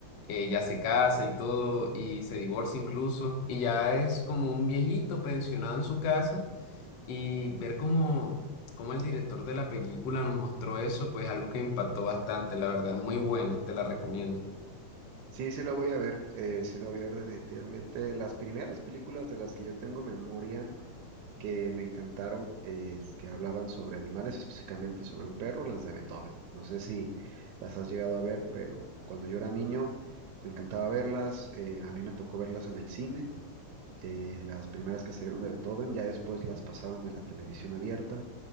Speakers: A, on the left; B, on the right.
A: eh, ya se casa y todo, y se divorcia incluso, y ya es como un viejito pensionado en su casa y ver cómo, cómo el director de la película nos mostró eso, pues algo que me impactó bastante, la verdad. Muy buena, te la recomiendo.
B: Sí, sí la voy a ver, eh, sí la voy a ver definitivamente. Las primeras películas de las que yo tengo memoria. que me encantaron, eh, que hablaban sobre animales, específicamente sobre un perro, las de Beethoven. No sé si las has llegado a ver, pero cuando yo era niño me encantaba verlas. eh, a mí me tocó verlas en el cine, eh, las primeras que salieron de Beethoven, ya después las pasaban en la televisión abierta